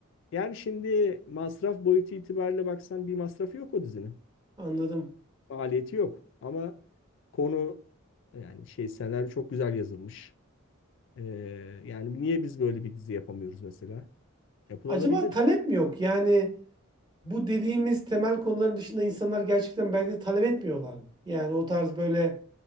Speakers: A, on the left; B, on the right.
A: Yani şimdi masraf boyutu itibariyle baksan bir masrafı yok o dizinin.
B: anladım.
A: Maliyeti yok. Ama konu yani şey senaryo çok güzel yazılmış. E, yani niye biz böyle bir dizi yapamıyoruz mesela? Yapılabilir.
B: Acaba talep mi yok? Yani Bu dediğimiz temel konuların dışında insanlar gerçekten belki de talep etmiyorlar mı? Yani o tarz böyle